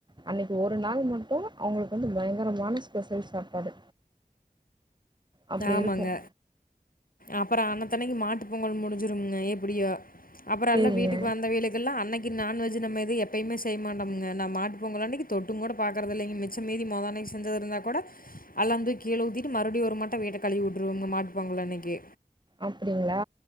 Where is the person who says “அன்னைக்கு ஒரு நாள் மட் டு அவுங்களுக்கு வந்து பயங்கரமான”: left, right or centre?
Right